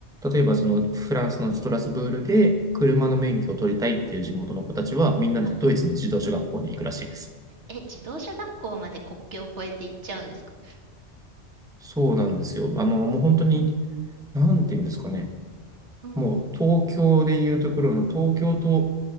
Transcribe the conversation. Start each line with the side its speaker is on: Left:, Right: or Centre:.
Centre: 例えばそのフランスのストラスブールで車の免許を取りたいっていう地元の子たちは、
Right: うん。
Centre: みんなドイツの自動車学校に行くらしいです。
Right: はいはい。え、自動車学校まで国境を越えて行っちゃうんですか
Centre: そうなんですよ。あの、もう本当に
Right: うん。
Centre: なんていうんですかね、
Right: うんうん。
Centre: もう東京でいうところの東京と